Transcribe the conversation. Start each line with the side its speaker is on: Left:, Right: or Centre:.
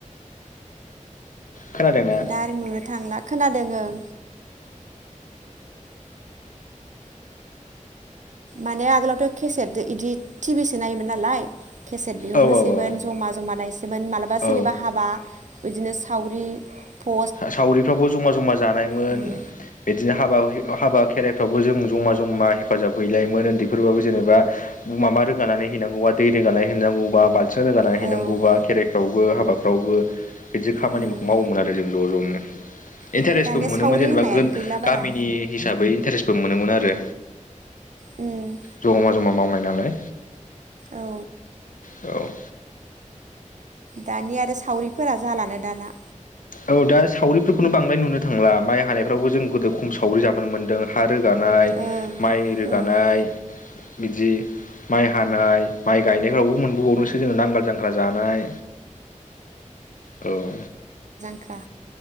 Left: खोनादोंना
Right: दा आरो नुनो थांला खोनादों ओं। माने आगोलावथ' केसेट इदि टिभिसो नायोमोन नालाय। केसेट बिहरनोसैमोन
Left: ओं औ औ
Right: जमा जमा नायसैमोन माला बा
Left: औ
Right: सोरनिबा हाबा। बिदिनो सावरि फ
Left: सावरिफ्राबो ज'मा ज'मा जानायमोन
Right: उम
Left: बिदिआ। हाबा हाबा खेराइफ्रावबो जों ज'मा ज'मा हेफाजाब हैलायोमोन उन्दैफोरबाबो जेनेबा माबा रोगानानै हैनांगौबा दै रोगानानै हैनांगौबा बालथि रोगानानै
Right: औ
Left: हैनांगौबा खेराइफ्रावबो हाबा फ्रावबो। बिदि खामानिफोरखौ
Right: उम
Left: मावोमोन आरो जोङो। <inaudible> इन्टारेस्टबो
Right: उम दानिया
Left: मोनोमोन
Right: सावरि
Left: जेनेबा
Right: होननायानो
Left: गो
Right: गैला बारा
Left: गामिनि हिसाबै इन्टारेस्बो मोनोमोन आरो।
Right: उम
Left: जमा जमा मावनाय। नालाय।
Right: औ।
Left: औ।
Right: दानि आरो सावरिफोरा जालानो दाना।
Left: औ दा सावरिफोरखौनो बांद्राय नुनो थांला माइ हानायफ्रावबो जों गोदो खम सावरि जाबोनो मोनदों हा रोगानाय
Right: ओं
Left: माइ रोगानाय
Right: ओं
Left: बिदि माइ हानाय माइ गायनायफ्रावबो मोनबोबावदोंसो जोङो नांगाल जांख्रा जानाय औ
Right: ख्रा